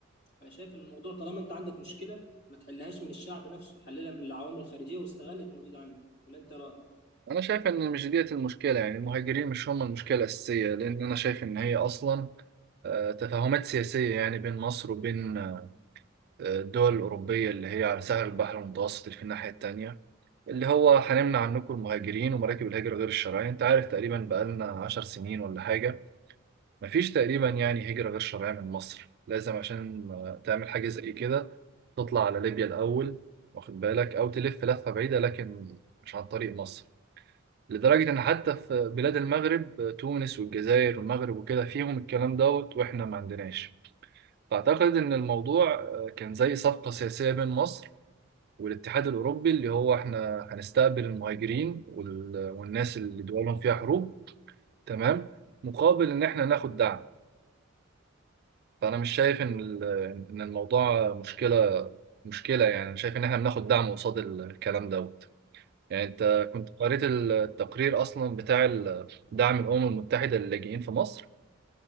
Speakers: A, on the left; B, on the right.
A: انا شايف إن الموضوع طالما انت عندك مشكله ما تحلهاش من الشعب نفسه حللها من العوامل الخارجيه واستغل الموجود عندك ولا انت رايك
B: انا شايف ان مش ديت المشكله يعني المهاجرين مش هم المشكله الاساسيه لان انا شايف ان هي اصلا آه، تفاهمات سياسيه يعني بين مصر وبين آه، الدول الاوروبيه اللي هي على ساحل البحر المتوسط اللي في الناحيه التانيه اللي هو هنمنع عنكم المهاجرين ومراكب الهجرة غير الشرعية انت عارف تقريبا بقالنا عشر سنين ولا حاجة مفيش تقريبا يعني هجرة غير شرعية من مصر لازم عشان آه، تعمل حاجة زي كده تطلع على ليبيا الأول واخد بالك أو تلف لفة بعيدة لكن مش عن طريق مصر لدرجة إن حتى في بلاد المغرب آه، تونس والجزائر والمغرب وكده فيهم الكلام دوت وإحنا ما عندناش فأعتقد إن الموضوع آه، كان زي صفقة سياسية بين مصر والاتحاد الأوروبي اللي هو احنا هنستقبل المهاجرين وال- والناس اللي دولهم فيها حروب تمام مقابل إن احنا ناخد دعم فأنا مش شايف إن ال- إن الموضوع مشكلة مشكلة يعني أنا شايف إن احنا بناخد دعم قصاد الكلام دوت يعني أنت كنت قريت التقرير أصلا بتاع ال- دعم الأمم المتحدة للاجئين في مصر